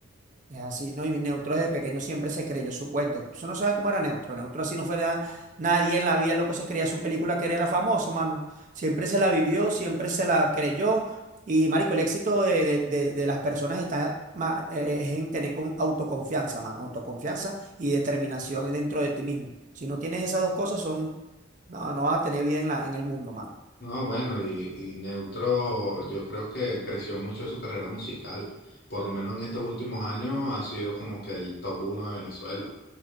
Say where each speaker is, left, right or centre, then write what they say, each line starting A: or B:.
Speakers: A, on the right; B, on the left.
A: Es así, ¿no? Y Neutro desde pequeño siempre se creyó su cuento. Tú no sabes cómo era Neutro. Neutro así no fuera nadie en la vida, el loco se creía su película que él era famoso, mano. Siempre se la vivió, siempre se la creyó. Y, marico, el éxito de, de- de- de las personas está ma- eh, es en tener con autoconfianza, mano. Autoconfianza y determinación dentro de ti mismo. Si no tienes esas dos cosas, son, no, no vas a tener vida en la, en el mundo, mano.
B: No, bueno, y, y Neutro yo creo que creció mucho en su carrera musical. Por lo menos en estos últimos años ha sido como que el top uno de Venezuela.